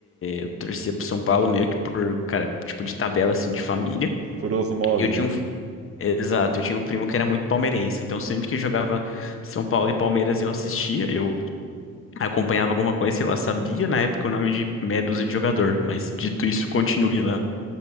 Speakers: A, on the left; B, on the right.
A: eu torcia pro São Paulo meio que por, cara, tipo de tabela, assim, de família.
B: por osmose,
A: E eu tinha
B: né?
A: um, Exato, eu tinha um primo que era muito palmeirense, então sempre que jogava São Paulo e Palmeiras eu assistia, eu acompanhava alguma coisa, sei lá, sabia na época o nome de meia dúzia de jogador, mas dito isso, continue lá,